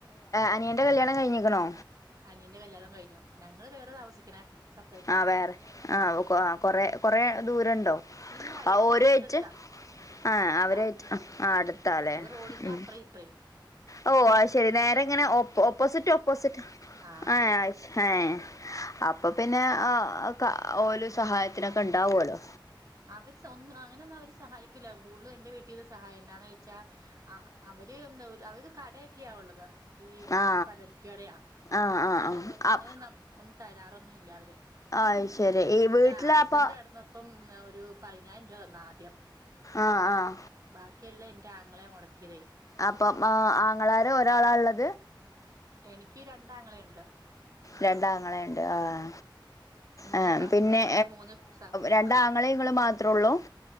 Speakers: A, on the left (about 40°); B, on the right (about 45°).
A: അനിയന്റെ കല്യാണം കഴിഞ്ഞിക്കണോ
B: അനിയന്റെ കല്യാണം കഴിഞ്ഞു ഞങ്ങള് വേറെ താമസിക്കണേ സെപ്പറേറ്റാ
A: ആ വേറെ ആ
B: ഉം
A: കൊ കൊറെ കൊറെ ദൂരണ്ടോ
B: ഇല്ല
A: ആ
B: ഇല്ല
A: ഓരുവായിട്ട്
B: അടുത്തടുത്താ
A: ആ
B: അടുത്താ
A: അവരായിട്ട്
B: ആ
A: അടുത്താല്ലേ
B: ഒരു റോഡിന്റെ
A: ഉം
B: അപ്രയും ഇപ്രയും
A: ഓ അത് ശരി നേരെ ഇങ്ങനെ ഓപ്പോസിറ്റ് ഓപ്പോസിറ്റ്
B: ആഹ്
A: ആ ആഹ അപ്പൊ പിന്നെ ആ ഒരുഓ സഹായത്തിനൊക്കെ ഉണ്ടാവല്ലോ
B: അവര് സൊന്തം അങ്ങനൊന്നും അവര് സഹായിക്കൂില്ല കൂടുതും എന്റെ വീട്ടീിൽ നിന്ന് സഹായം എന്താന്ന് ചോദച്ചാ ആ അവര് എന്താ അവര് കടയൊക്കെയാള്ളത് ഈ
A: ആ
B: പലരിക്കറയാ
A: ആ ആ
B: എന്നാലും
A: ആ അ
B: അങ്ങനെ ഒന്നും തരാറൊന്നുമല്ല അവര്
A: അത് ശരി ഈ വീട്ടിലപ്പ
B: ഇത് ആക്സിഡന്റ് ആയിടുന്നപ്പം ഒരു പതിനായിരം രൂപ തന്ന ആദ്യം
A: ആഹ ആഹ
B: ബാക്കിയല്ല എൻന്റെ ആങ്ങളെ മുടക്കിയതേ
A: അപ്പം ആ ആങ്ങളാര് ഒരാളാ ഉള്ളത്
B: എനിക്ക് രണ്ടാങ്ങളഉണ്ട്
A: രണ്ടാങ്ങളെണ്ട് ആഹ
B: മൂന്ന്
A: ആ
B: സ
A: പിന്നെ
B: ഞങ്ങള് മൂന്ന് സഹോദരങ്ങളാ
A: രണ്ടാങ്ങളെങ്ങള്ൾ മാത്രേ ഉള്ളൂ